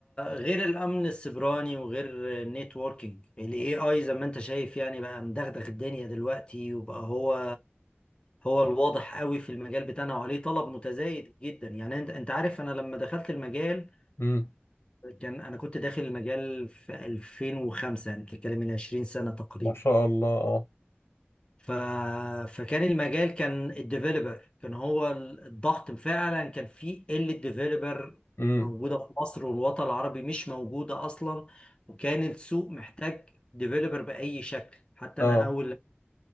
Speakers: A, on the left; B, on the left.
A: غير الامن السيبراني وغير النيتوركينج الاي اي زي ما انت شايف يعني بقى مدغدغ الدنيا دلوقتي وبقى هو هو الواضح قوي في المجال بتاعنا وعليه طلب متزايد جدا يعني انت انت عارف انا لما دخلت المجال
B: امم
A: كان انا كنت داخل المجال في 2005 يعني بتتكلم من 20 سنة تقريبا
B: ما شاء الله اه
A: ف... فكان المجال كان الديفيلوبر كان هو الضغط فعلا كان في قلة ديفيلوبر
B: امم
A: موجودة في مصر والوطن العربي مش موجودة أصلا وكان السوق محتاج ديفيلوبر بأي شكل حتى
B: اه
A: أنا أول